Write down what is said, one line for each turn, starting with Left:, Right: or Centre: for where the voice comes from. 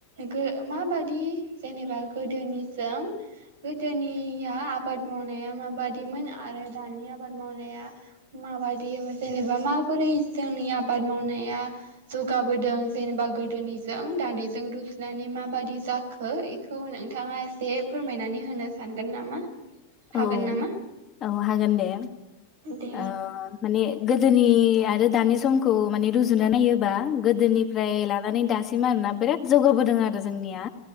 Right: गो माबादि जेनेबा गोदोनिजों गोदोनिया आबाद मावनाया माबादिमोन आरो दानि आबाद मावनाया माबादि जेनेबा माबोरै जोंनि आबाद मावनाया जौगाबोदों जेनेबा गोदोनिजों दानिजों रुजुनानै माबादि जाखो एख खौ नोंथाङा एसे फोरमायनानै होनो सानगोन नामा? हागोन
Left: औ
Right: नामा?
Left: औ हागोन दे
Right: दे
Left: ओ माने गोदोनि आरो दानि समखौ माने रुजुना नायोबा गोदोनि फ्राय लानानै दासिम आरोना बिराद जौगाबोदों आरो जोंनिया